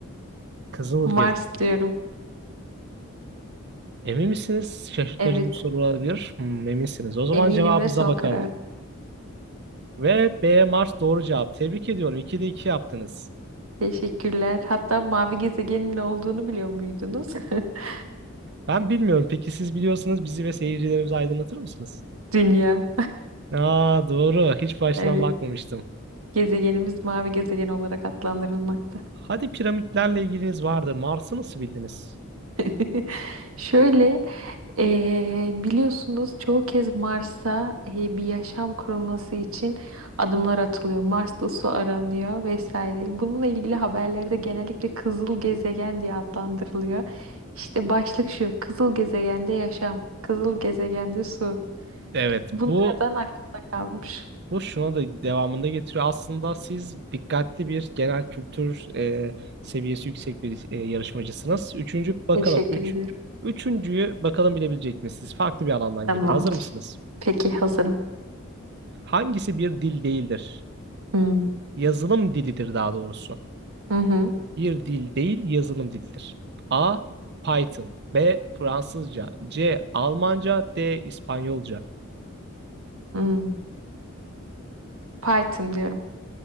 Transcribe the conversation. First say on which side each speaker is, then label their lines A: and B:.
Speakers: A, on the right; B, on the right.
A: Kızıl
B: Mars
A: gezegen.
B: diyorum.
A: Emin misiniz? Şaşırtmacı
B: Evet,
A: bir soru olabilir. Hmm, eminsiniz. O zaman
B: eminim
A: cevabınıza
B: ve son
A: bakalım.
B: karar.
A: Ve B Mars doğru cevap. Tebrik ediyorum. 2'de iki yaptınız.
B: Teşekkürler. Hatta mavi gezegenin ne olduğunu biliyor muydunuz? <laughs>
A: Ben bilmiyorum. Peki siz biliyorsanız bizi ve seyircilerimizi aydınlatır mısınız?
B: Dünya.
A: Aa doğru. Hiç bu açıdan
B: Evet.
A: bakmamıştım.
B: Gezegenimiz mavi gezegen olarak adlandırılmakta.
A: Hadi piramitlerle ilginiz vardı. Mars'ı nasıl bildiniz?
B: <laughs> Şöyle, eee, biliyorsunuz çoğu kez Mars'a eee, bir yaşam kurulması için adımlar atılıyor. Mars'ta su aranıyor vesaire. Bununla ilgili haberlerde genellikle kızıl gezegen diye adlandırılıyor. İşte başlık şu, kızıl gezegende yaşam, kızıl gezegende su.
A: Evet,
B: Bunlardan
A: bu
B: aklımda kalmış.
A: Bu şuna da devamında getiriyor. Aslında siz dikkatli bir genel kültür e, seviyesi yüksek bir e, yarışmacısınız. Üçüncü bakalım.
B: Teşekkür
A: Üç,
B: ederim.
A: üçüncüyü bakalım bilebilecek misiniz? Farklı bir alandan
B: Tamamdır.
A: gelir. Hazır mısınız?
B: Peki hazırım.
A: Hangisi bir dil değildir?
B: Hmm.
A: Yazılım dilidir daha doğrusu.
B: Hı hı.
A: Bir dil değil, yazılım dilidir. A. Python. B. Fransızca. C. Almanca. D. İspanyolca.
B: Hmm. Python diyorum.